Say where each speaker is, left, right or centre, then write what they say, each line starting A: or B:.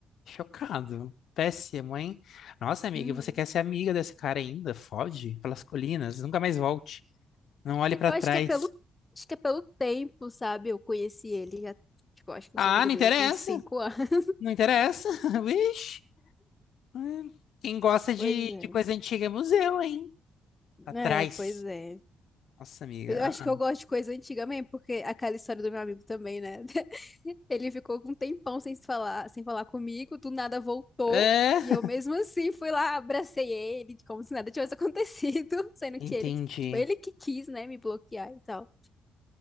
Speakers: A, on the left; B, on the left.
A: Chocado. Péssimo, hein? Nossa, amiga,
B: Hum,
A: você quer ser amiga desse cara ainda? Foge pelas colinas. Nunca mais volte. Não olhe pra
B: Eu
A: trás.
B: acho que é pelo, acho que é pelo tempo, sabe? Eu conheci ele já, tipo, eu acho que
A: Ah,
B: eu sou amiga
A: não
B: dele
A: interessa.
B: já tem uns cinco anos. <laughs>
A: Não interessa. <laughs> Vixe. Hum, Quem gosta de,
B: Pois é.
A: de coisa antiga é museu, hein? Atrás.
B: É, pois é.
A: Nossa, amiga.
B: Mas Eu acho
A: ah,
B: que eu gosto de coisa antiga mesmo, porque aquela história do meu amigo também, né? <laughs> Ele ficou com um tempão sem se falar, sem falar comigo, do nada voltou,
A: ah. É,
B: e eu mesmo assim fui lá, abracei ele, como se nada tivesse acontecido, <laughs> sendo
A: entendi.
B: que ele, tipo, ele que quis, né, me bloquear e tal.